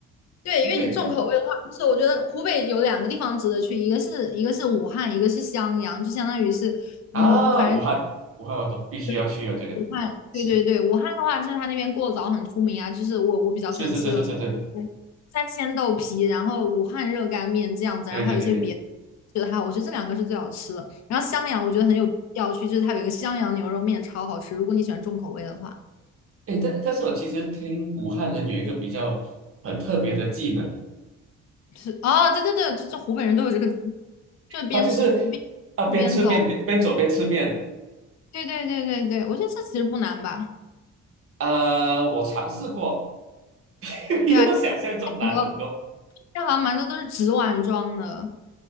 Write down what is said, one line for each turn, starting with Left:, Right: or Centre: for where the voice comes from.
Left: 对，
Right: 湖北不
Left: 因为你重口味的话，就是我觉得湖北有两个地方值得去，一个是一个是武汉，一个是襄阳，就相当于是，
Right: 啊，
Left: 嗯，反正
Right: 武汉，武汉我懂，必须要去，
Left: 对对，
Right: 我觉得
Left: 武汉，
Right: 是
Left: 对对对，武汉的话，就是它那边过早很出名啊，就是我我比较喜欢吃有什么嗯三鲜豆皮，
Right: <laughs> 是是是是是是，
Left: 然后武汉热干面这样子，
Right: 对对对对。
Left: 然后还有一些别的，觉得还好，我觉得这两个是最好吃的。然后襄阳我觉得很有必要去，就是它有一个襄阳牛肉面超好吃，如果你喜欢重口味的话。
Right: 诶，但但是我其实听武汉人有一个比较很特别的技能，
Left: 是哦，对对对，这这湖北人都有这个，就边吃边
Right: 他就是啊边吃面边边走边吃面。
Left: 边，对对对对对，我觉得这其实不难吧？
Right: 啊，我尝试过，<laughs> 比我想象中难很多。
Left: 对啊，很多，但好像蛮多都是纸碗装的，